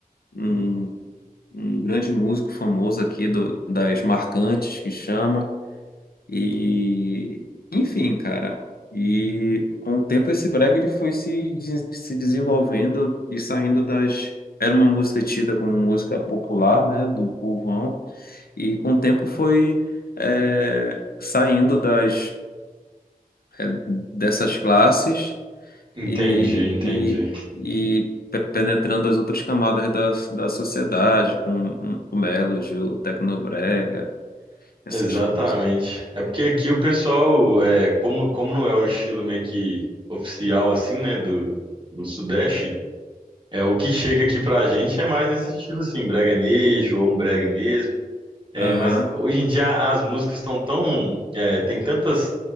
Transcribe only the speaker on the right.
Entendi,
entendi.
Exatamente.
É porque aqui o pessoal, é, como, como não é o estilo meio que oficial, assim, né, do, do Sudeste, é o que chega aqui pra gente é mais nesse estilo, assim, breganejo ou um brega mesmo. É,
mas hoje em dia as músicas estão tão, é, tem tantas